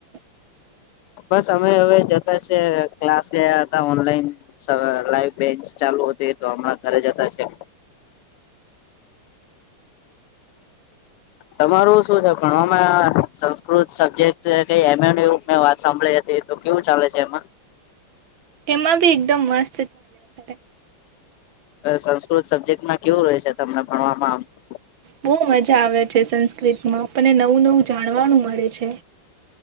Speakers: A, on the right (about 60°); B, on the left (about 85°).
A: <inaudible>
B: બસ અમે હવે જતા છે ક્લાસ લયા હતા ઓનલાઈન લાઈવ બેન્ચ ચાલુતી તો હમણાં ઘરે જતા છે
A: <inaudible>
B: તમારું શું છે ભણવામાં સંસ્કૃત સબ્જેક્ટ ક એમ એ ની મેં વાત સાંભળી હતી તો કેવું ચાલે છે એમાં
A: એમાં બી એકદમ મસ્ત ચાલેયા કરે
B: સંસ્કૃત સબ્જેક્ટમાં કેવું રહે છે તમને ભણવામાં આમ
A: બહુ મજા આવે છે સંસ્કૃતમાં પણને નવું નવું જાણવાનું મળે છે